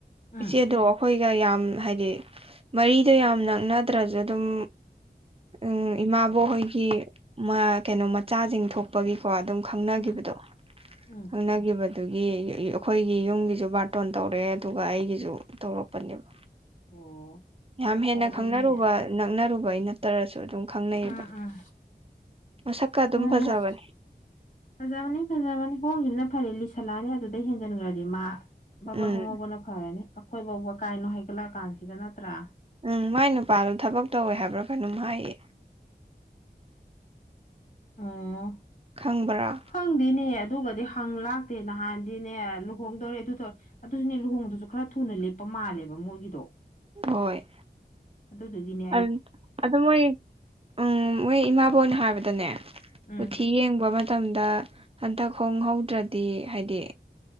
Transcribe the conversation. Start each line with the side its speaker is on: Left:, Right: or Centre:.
Left: ꯎꯝ
Right: ꯏꯆꯦꯗꯣ ꯑꯩꯈꯣꯏꯒ ꯌꯥꯝ ꯍꯥꯏꯗꯤ ꯃꯔꯤꯗꯣ ꯌꯥꯝ ꯅꯛꯅꯗ꯭ꯔꯁꯨ ꯑꯗꯨꯝ ꯎꯝ ꯏꯃꯥꯕꯣꯛ ꯍꯣꯏꯒꯤ ꯀꯩꯅꯣ ꯃꯆꯥꯁꯤꯡ ꯊꯣꯛꯄꯒꯤꯀꯣ ꯑꯗꯨꯝ ꯈꯪꯅꯒꯤꯕꯗꯣ
Left: ꯎꯝ ꯎꯝ
Right: ꯈꯪꯅꯒꯤꯕꯗꯨꯒꯤ ꯑꯩꯈꯣꯏꯒꯤ ꯌꯨꯝꯒꯤꯁꯨ ꯕꯥ ꯇꯣꯟ ꯇꯧꯔꯛꯑꯦ ꯑꯗꯨꯒ ꯑꯩꯒꯤꯁꯨ ꯇꯧꯔꯛꯄꯅꯦꯕ
Left: ꯑꯣ
Right: ꯌꯥꯝ ꯍꯦꯟꯅ
Left: ꯐꯔꯦꯅꯦ
Right: ꯈꯪꯅꯔꯨꯕ ꯅꯛꯅꯔꯨꯕꯩ ꯅꯠꯇ꯭ꯔꯁꯨ ꯑꯗꯨꯝ ꯈꯪꯅꯩꯌꯦꯕ
Left: ꯎꯝ ꯎꯝ
Right: ꯃꯁꯛꯀ ꯑꯗꯨꯝ
Left: ꯍꯣꯏ
Right: ꯐꯖꯕꯅꯦ
Left: ꯍꯣꯏ ꯐꯖꯕꯅꯤ ꯐꯖꯕꯅꯤ ꯍꯣꯡꯈꯤꯕꯗꯨꯅ ꯐꯔꯦ ꯂꯤꯁꯜꯂꯛꯑꯅꯤ ꯑꯗꯨꯗꯩ ꯍꯦꯟꯖꯤꯟꯈ꯭ꯔꯗꯤ ꯃꯥ ꯕꯥꯕꯔ
Right: ꯎꯝ
Left: ꯍꯣꯡꯉꯧꯕꯅ ꯐꯔꯅꯤ ꯑꯩꯈꯣꯏ ꯐꯥꯎꯕ ꯀꯥꯏꯅꯣ ꯍꯥꯏꯒꯠꯂꯛꯑ ꯀꯥꯟꯁꯤꯗ ꯅꯠꯇ꯭ꯔꯥ
Right: ꯎꯝ ꯃꯥꯏ ꯅꯨꯄꯥꯗꯣ ꯊꯕꯛ ꯇꯧꯋꯦ ꯍꯥꯏꯕ꯭ꯔꯥ ꯀꯩꯅꯣꯝ ꯍꯥꯏꯌꯦ
Left: ꯑꯣ
Right: ꯈꯪꯕꯔꯥ꯫
Left: ꯍꯪꯗꯦꯅꯦꯍꯦ ꯑꯗꯨꯒꯗꯤ ꯍꯪ ꯂꯥꯛꯇꯦ ꯅꯍꯥꯟꯗꯤꯅꯦ ꯂꯨꯍꯣꯡꯗꯧꯔꯦ ꯑꯗꯨ ꯇꯧꯔꯦ ꯑꯗꯨꯁꯨꯅꯦ ꯂꯨꯍꯣꯡꯕꯗꯨꯁꯨ ꯈꯔ ꯊꯨꯅ ꯂꯦꯞꯄ ꯃꯥꯜꯂꯦꯕ ꯃꯣꯏꯒꯤꯗꯣ꯫
Right: ꯍꯣꯏ꯫
Left: ꯑꯗꯨ ꯗꯨꯒꯤꯅꯦ
Right: ꯑꯪ ꯑꯗꯨ ꯃꯣꯏ꯫ ꯎꯝ ꯃꯣꯏ ꯏꯃꯥꯕꯣꯛꯅ ꯍꯥꯏꯕꯗꯅꯦ
Left: ꯎꯝ
Right: ꯀꯨꯊꯤ ꯌꯦꯡꯕ ꯃ ꯃꯇꯝꯗ ꯍꯟꯇꯛ ꯍꯣꯡꯍꯧꯗ꯭ꯔꯗꯤ ꯍꯥꯏꯗꯤ꯫